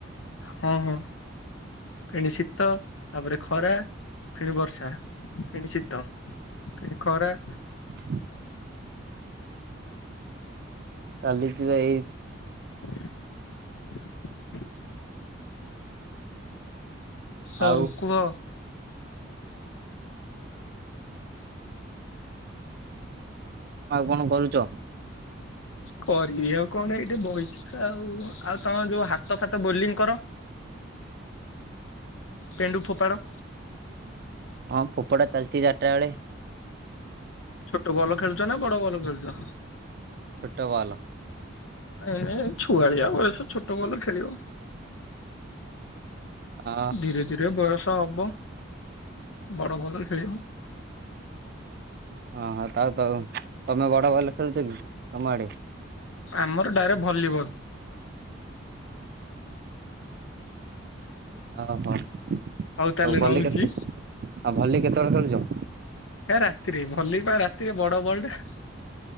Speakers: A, on the left; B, on the right.
A: ହଁ ହଁ ପେଣି ଶୀତ ତାପରେ ଖରା ଫେଣି ବର୍ଷା। ଫେଣି ଶୀତ ଫେଣି ଖରା
B: ହ <inaudible> ଚାଲିଛି ତ ଏଇ
A: <inaudible> ହଁ
B: ଆଉ
A: କୁହ
B: ଆଉ କଣ କରୁଛ?
A: କରିବି ଆଉ କଣ ଏଇଟି ବଇଚି ଆଉ ଆଉ ତମ ଯୋଉ ହାତ ଫାତ ବୋଲିଂ କର? ପେଣ୍ଡୁ ଫୋପାଡ଼।
B: ହଁ ଫୋପଦା ଚାଲିଚି ଚାରଟା ବେଳେ।
A: ଛୋଟ ବଲ ଖେଳୁଚ ନା ବଡ ବଲ ଖେଳୁଚ।
B: ଛୋଟ ବଲ
A: ଏ ଛୁଆଳିଆ ବୟସ ଛୋଟ ବଲ ଖେଳିବ।
B: ଅ
A: ଧୀରେ ଧୀରେ ବୟସ ହବ ବଡ ବଲ ଖେଳିବ।
B: ହଁ ହଁ ଥାଉ ଥାଉ ତମେ ବଡ ବଲ ଖେଳୁଛ କି ତମ ଆଡେ?
A: ଆମର ଡାଏରେ ଭଲିବଲ।
B: ଓହୋ ଆଉ
A: ହଉ ତାହେଲେ
B: ଭଲି
A: ରହୁଛି
B: କେତେ ଆଉ ଭଲି କେତେବେଳେ ଖେଳୁଚ?
A: ହେ ରାତିରେ ଭଲିପା ରାତିରେ ବଡ ବଲଟା।